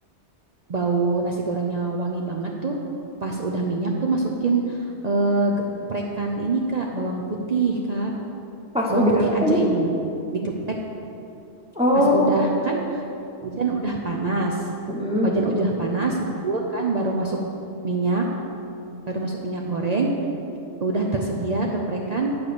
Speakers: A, on the right; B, in the centre.
A: bau nasi gorengnya wangi banget tuh pas udah minyak tuh masukin eh, geprekan ini Kak, bawang putih Kak.
B: Pas
A: Bawang
B: udah
A: putih
B: apa
A: aja
B: tadi?
A: ini mah. Digeprek
B: Oh,
A: pas udah kan Wajan udah panas.
B: mm-mm.
A: Wajan udah panas, ngebul kan, baru masuk minyak, baru masuk minyak goreng, udah tersedia geprekan